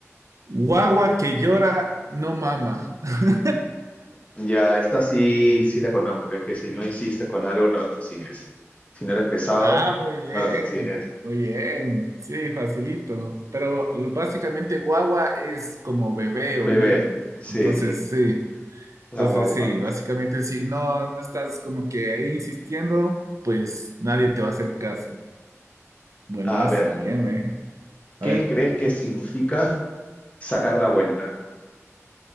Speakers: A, on the right; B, on the left.
A: guagua que llora no mama. <laughs>
B: Ya, esta sí, sí la conozco, que es que si no insistes con algo, no lo consigues. Si no eres pesado,
A: Ah, muy bien,
B: no lo consigues.
A: muy bien. Sí, facilito. Pero lo, básicamente guagua es como bebé o
B: Bebé,
A: niño.
B: sí,
A: Entonces,
B: sí,
A: sí.
B: la
A: Entonces,
B: guagua.
A: sí, básicamente si no, no estás como que ahí insistiendo, pues nadie te va a hacer caso. Buenazo,
B: A ver,
A: bien, ¿eh? A
B: ¿qué
A: ver.
B: crees que significa sacar la vuelta?